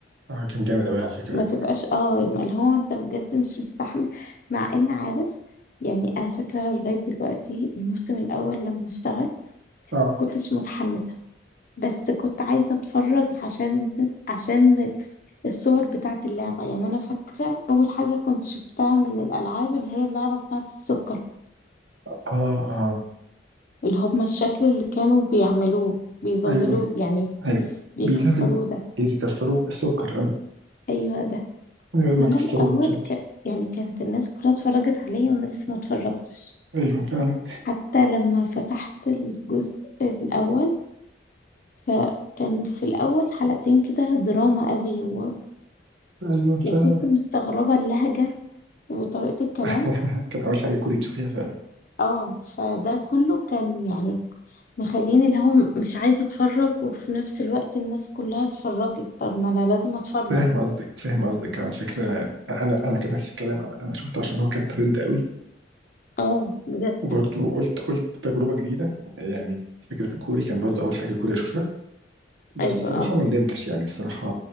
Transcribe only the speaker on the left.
ما تبقاش اه ما- اللي هو انت بجد مش مستحمل مع ان عارف يعني انا فاكره لغايه دلوقتي الموسم الاول لما اشتغل ما
كنتش متحمسه بس كنت عايزه اتفرج عشان الناس عشان الصور بتاعه اللعبه يعني انا فاكره اول حاجه كنت شفتها من الالعاب اللي هي اللعبه بتاعه السكر
اللي هم الشكل اللي كانوا بيعملوه بيظللوه
يعني
بيكسروه
ده
ايوه ده
فانا
الاول
ك... يعني كانت الناس كلها اتفرجت عليا وانا لسه ما اتفرجتش
حتى لما فتحت الجزء الاول فكان في الاول حلقتين كده دراما قوي و...
وكنت مستغربة اللهجة وطريقة الكلام
اه فده كله كان يعني مخليني اللي هو مش عايزة اتفرج وفي نفس الوقت الناس كلها اتفرجت طب ما انا لازم اتفرج
اه بجد
ايوه
اه